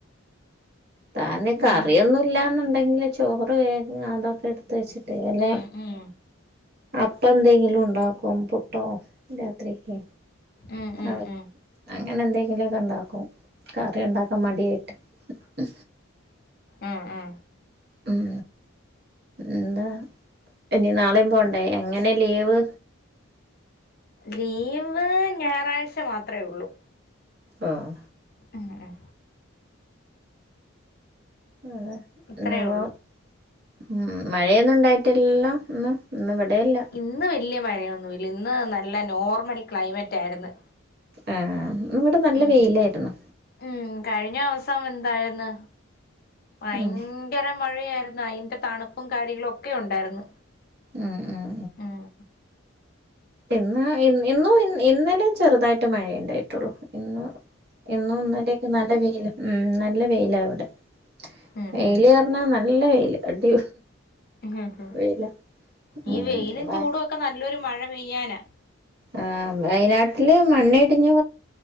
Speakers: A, on the right; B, on the left.
A: താനേ കറിയൊന്നും
B: ഉം
A: ഇല്ലന്നുണ്ടെങ്കില് ചോറ് വേഗം അതൊക്കെ എട് ത്തെച്ചിട്ടെ വല്ല
B: ഉം ഉം
A: അപ്പ എന്തെങ്കിലും ഉണ്ടാക്കും പുട്ടോ രാത്രിക്കെ
B: ഉം ഉം
A: ആഹ്
B: ഉം
A: അങ്ങനെ എന്തെങ്കിലൊക്കെ ഇണ്ടാക്കും കറി ഇണ്ടാക്കാൻ മടിയായിട്ട് മ്
B: എ എ
A: ഉം എന്താ ഇനി നാളെയും പോണ്ടേ എങ്ങനെ ലീവ്
B: ലീവ് ഞായറാഴ്ച മാത്ര ഉള്ളൂ
A: ആഹ്
B: ഉം ഉം
A: വേറെ
B: ഇത്രയേ
A: എന്നാവോ
B: ഉള്ളൂ
A: ഉം മഴയൊന്നും ഉണ്ടായിട്ടില്ലല്ലോ ഇ ഇന്ന് ഇവിടെ ഇ ല്ല
B: ഇന്ന് വലിയ മഴയൊന്നും ഇല്ല ഇന്ന് നല്ല നോർമൽ ക്ലൈമറ്റ് ആയിരുന്നു
A: ആഹ് ആഹ് ഇന്ന് ഇവിടെ നല്ല
B: ഉം
A: വെയിലായിരുന്നു
B: ഉം കഴിഞ്ഞ ദിവസം എന്തായിരുന്നു ഭയ
A: ഉം
B: ങ്കര മഴയായിരുന്നു അതിന്റെ തണുപ്പും കാര്യങ്ങളും ഒക്കെ ഉണ്ടായിരുന്നു
A: ആ ഹ് ആഹ്
B: ഉം
A: ഇന്ന് ഇന്ന ഇന്നലെ ചെറുതായിട്ട് മഴയുണ്ടായിട്ടുള്ളു ഇന്ന് ഇന്നും ഇന്നലെ ഒക്കെ നല്ല വെയിയിലാ ഉം നല്ല വെയിലാ ഇവിടെ
B: ഉം
A: വെയില്
B: ഉം
A: പറഞ്ഞാ നല്ല വെയില് അടി
B: ഹ് ഹ്
A: വെയിലാ
B: ഈ
A: ഉം
B: വെയിലും ചൂടും ഒക്കെ നല്ലൊരു മഴ പെയ്യാനാ
A: ആ വയനാട്ടില് മണ്ണിടിഞ്ഞ്